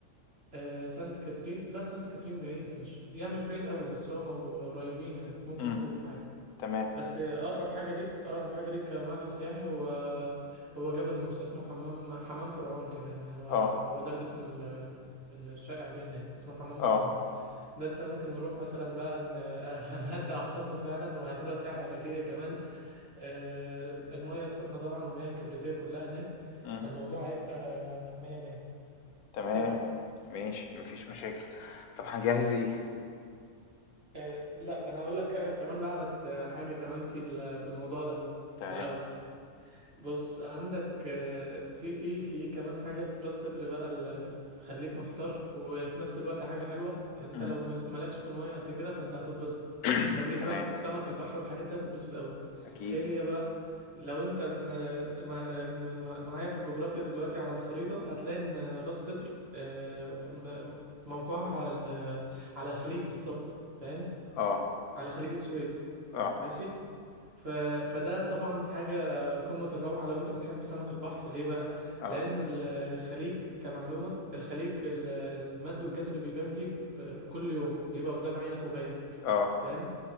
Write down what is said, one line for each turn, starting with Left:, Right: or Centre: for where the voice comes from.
Right: آه سانت كاترين لا سانت كاترين بعيد مش يعني مش بعيد قوي بس هو مو- قريبين يعني ممكن
Left: إمم،
Right: تروح عادي
Left: تمام،
Right: بس آه، اقرب حاجه ليك اقرب حاجه ليك كمعلم سياحي هو هو جبل موسى اسمه حمام حمام فرعون كمان يعني هو
Left: آه،
Right: هو ده الاسم ال- الشائع بيه هناك اسمه حمام فرعون
Left: آه،
Right: ده انت ممكن نروح مثلا بقى ن- <laughs> هنهدى اعصابنا فعلا وهتبقى سياحه علاجيه كمان آه، المية السخنة طبعا والمياه الكبريتية كلها هناك
Left: إمم،
Right: فالموضوع هيبقى مية مية
Left: تمام،
Right: ايه رأيك؟
Left: ماشي، ما فيش مشاكل. طب هنجهّز إيه؟
Right: آه، لا ده انا هقول لك كمان بقى على ت- حاجة كمان في ال- في الموضوع ده
Left: تمام،
Right: الأول بص عندك آه، في في في كمان حاجة في راس صدر بقى اللي بتخليك محتار وفي نفس الوقت حاجة حلوة يعني انت
Left: إمم،
Right: لو مش- مالكش في المية قد كده فانت هتتبسط
Left: <clears throat>
Right: لو ليك بقى
Left: تمام،
Right: في سمك البحر والحاجات دي هتتبسط قوي
Left: أكيد،
Right: ايه هي بقى لو انت آه، مع- آه، مع- معايا في الجغرافيا دلوقتي على الخريطة هتلاقي ان راس صدر آه، م- موقعها على ال- على الخليج بالظبط فاهم
Left: آه،
Right: على خليج السويس
Left: آه،
Right: ماشي ف... فده طبعا حاجة قمة الروعة لو انت بتحب سمك البحر ليه بقى؟
Left: آه،
Right: لأن ال- الخليج كمعلومة الخليج ال- المد والجزر بيبان فيه ب- كل يوم بيبقى قدام عينك وباين
Left: آه،
Right: فاهم؟